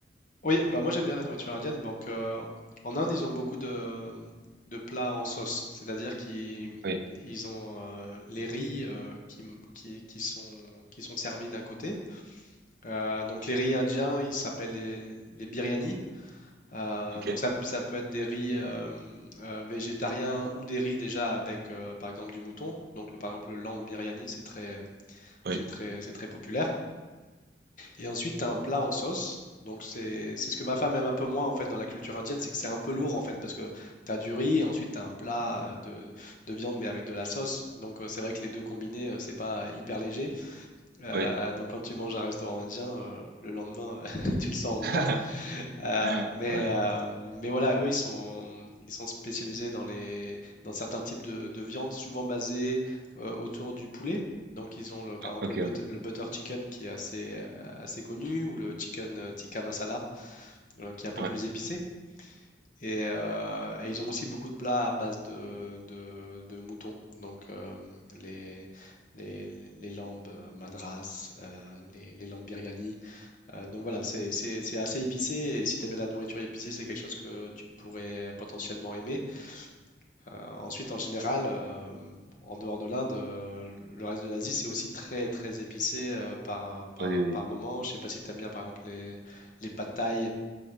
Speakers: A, on the left; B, on the right.
A: Oui, bah moi j'aime bien la nourriture indienne. Donc euh, en Inde, ils ont beaucoup de, de plats en sauce, c'est-à-dire qu'ils
B: Oui.
A: ils ont euh, les riz euh, qui, qui, qui sont, qui sont servis d'un côté. Euh, donc les riz indiens, ils s'appellent les, les biryani. Euh,
B: Ok.
A: donc ça, ça peut être des riz euh, euh, végétariens ou des riz déjà avec euh, par exemple du mouton. Donc le- par exemple le lamb biryani, c'est très,
B: Oui.
A: c'est très, c'est très populaire. Et ensuite, tu as un plat en sauce. Donc c'est, c'est ce que ma femme aime un peu moins en fait dans la culture indienne, c'est que c'est un peu lourd en fait parce que tu as du riz et ensuite tu as un plat euh, de, de viande mais avec de la sauce. Donc euh, c'est vrai que les deux combinés, euh, c'est pas hyper léger. Euh,
B: Oui.
A: donc quand tu manges à un restaurant indien, euh, le lendemain, <laughs> tu le sens
B: <laughs>
A: encore. Euh, mais,
B: Ouais.
A: euh, mais voilà, eux, ils sont, ils sont spécialisés dans les, dans certains types de, de viande, souvent basés euh, autour du poulet. Donc ils ont le- par exemple
B: Ok.
A: le, but-
B: Ouais.
A: le butter chicken qui est assez, euh, assez connu, ou le chicken euh, tikka masala, euh, qui est un peu
B: Ouais.
A: plus épicé. Et, euh, et ils ont aussi beaucoup de plats à base de, de, de moutons, donc euh, les, les, les lambes euh, madras, euh, les, les lambes biryani. Euh, donc voilà, c'est c'est- c'est assez épicé et si tu aimes bien la nourriture épicée, c'est quelque chose que tu pourrais potentiellement aimer. Euh, ensuite, en général, euh, en dehors de l'Inde, euh, le reste de l'Asie, c'est aussi très très épicé euh, par, par,
B: Oui. oui.
A: par
B: oui.
A: moment. Je sais pas si tu aimes bien par exemple les, les pad thai